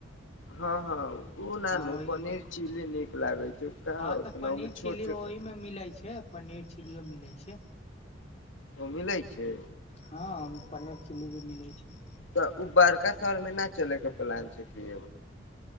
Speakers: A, on the left; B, on the left.
A: हँ हँ ओ नानू
B: ओहि
A: पनीर चिली नीक लागे छै कहाँ
B: हँ
A: ओतना
B: तऽ पनीर
A: ओहिमे छोट
B: चिली
A: छोट
B: ओहिमे मिलै छै पनीर चिलीयो मिलै छै
A: ओ मिलै छै
B: हँ पनीर चिली भी मिलै छै
A: तऽ ओ बड़का शहरमे नहि चलैके प्लान छै कि